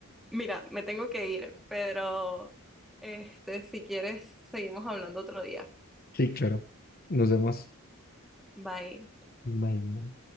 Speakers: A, in the centre; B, on the left (about 40°).
A: mira, me tengo que ir, pero este, si quieres, seguimos hablando otro día.
B: Sí, claro. Nos vemos.
A: Bye.
B: Bye.